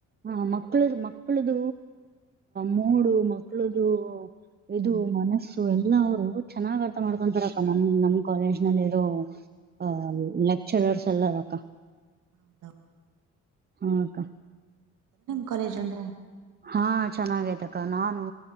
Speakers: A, on the right; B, on the right.
A: ಹಾ ಮಕ್ಕಳ ಮಕ್ಕಳ್ದ ಮೂಡು ಮಕ್ಕಳದು ಇದು
B: ಹ್ಮ್
A: ಮನಸ್ಸು ಎಲ್ಲ ಅವರು ಚೆನ್ನಾಗ್ ಅರ್ಥ ಮಾಡ್ಕೊಂತಾರಕ್ಕ ನಮ ನಮ್ ಕಾಲೇಜ್ ನಲ್ಲಿ ಇರೋ ಹ ಲೆಕ್ಚರರ್ಸ್ ಎಲ್ಲಾರಕ್ಕ
B: ಹೌದ
A: ಹ್ಮಕ್ಕ
B: ಕೆ ಜಂದ
A: ಹಾ ಚೆನ್ನಾಗಯತಕ್ಕ ನಾನು